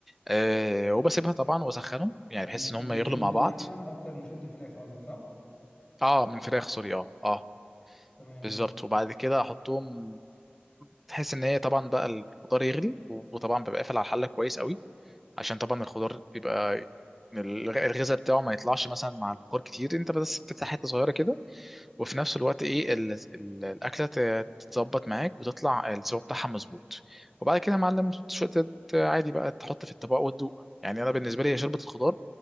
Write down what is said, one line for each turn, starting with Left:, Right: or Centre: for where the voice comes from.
Centre: أه وبسيبها طبعا وأسخنهم يعني
Left: ثاني
Centre: بحس
Left: بتحب
Centre: إن هم يغلوا
Left: شوربه
Centre: مع بعض
Left: اللحمه اكتر من شوربه الفراخ قصدك صح
Centre: أه من فراخ سوري أه أه
Left: تمام
Centre: بالظبط وبعد كده أحطهم تحس إن هي طبعا بقى الخضار يغلي وطبعا ببقى قافل على الحلة كويس قوي عشان طبعا الخضار بيبقى الغ- الغذاء بتاعه ما يطلعش مثلا مع البخار كتير انت بس بتفتح حته صغيره كده وفي نفس الوقت ايه ال- ال- الاكله ت- تتظبط معاك وتطلع السوا بتاعها مظبوط وبعد كده يا معلم تش- تت- عادي بقى تحط في الطبق وتدوق يعني انا بالنسبه لي هي شوربه الخضار